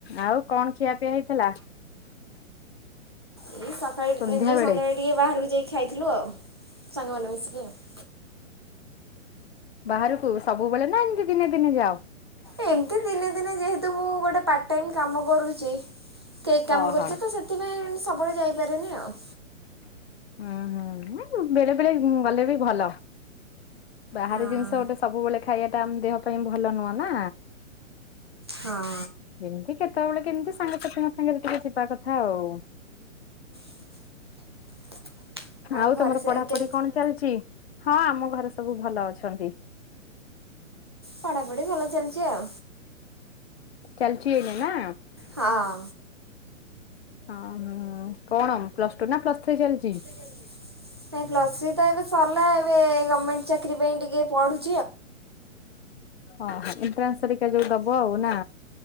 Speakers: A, on the left (about 50°); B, on the right (about 20°).
A: ଆଉ କଣ ଖିଆ ପିଆ ହେଇଥିଲା?
B: ଏଇ ସକାଳେ
A: ସନ୍ଧ୍ୟା
B: ନିଜେ
A: ବେଳେ?
B: ସନ୍ଧ୍ୟାବେଳେ ଟିକେ ବାହାରକୁ ଯାଇକି ଖାଇଥିଲୁ ଆଉ ସାଙ୍ଗମାନେ ମିଶିକି ଆଉ।
A: ବାହାରକୁ ସବୁବେଳେ ନା ଏମିତି ଦିନେ ଦିନେ ଯାଅ?
B: ଏମିତି ଦିନେ ଦିନେ ଯେହେତୁ ମୁଁ ଗୋଟେ ପାର୍ଟ ଟାଇମ୍ କାମ କରୁଛି କେକ୍ କାମ
A: ଓହୋ
B: କରୁଛି ତ ସେ ସେଥିପାଇଁ ସବୁବେଳେ ଯାଇପାରେନି ଆଉ।
A: ହୁଁ ହୁଁ ବେଳେ ବେଳେ ଗଲେ ବି ଭଲ। ବାହାରି
B: ହଁ
A: ଜିନିଷ ଗୋଟେ ସବୁବେଳେ ଖାଇବା ଟା ଆମ ଦେହ ପାଇଁ ଭଲ ନୁହଁ ନା।
B: ହଁ।
A: ଏମତି କେତେବେଳେ କେମିତି ସାଙ୍ଗସାଥୀ ମୋ ସାଙ୍ଗ ଟିକେ ଯିବା କଥା ଆଉ।
B: <inaudible>
A: ଆଉ
B: ଘରେ
A: ତମର
B: ସେ
A: ପଢାପଢି
B: କେମିତି
A: କଣ ଚାଲିଛି ହଁ ଆମ ଘରେ ସବୁ ଭଲ ଅଛନ୍ତି।
B: ପଢ଼ାପଢ଼ୀ ଭଲ ଚାଲିଛି ଆଉ।
A: ଚାଲିଛି ଏଇନ ନା।
B: ହଁ।
A: ହଁ ଓଁ କଣ ପ୍ଲସ୍ ଟୁ ନା ପ୍ଲସ୍ ଥ୍ରୀ ଚାଲିଛି?
B: <unintelligible> ନାଇ ପ୍ଲସ ଥ୍ରି ତ ଏବେ ସରିଲା ଏବେ ଗଭମେଣ୍ଟ ଚାକିରି ପାଇଁ ଟିକେ ପଢୁଛି।
A: ଓ ଏଣ୍ଟାନ୍ସ ହେରିକା ଯୋଉ ଦବ ଆଉ ନା।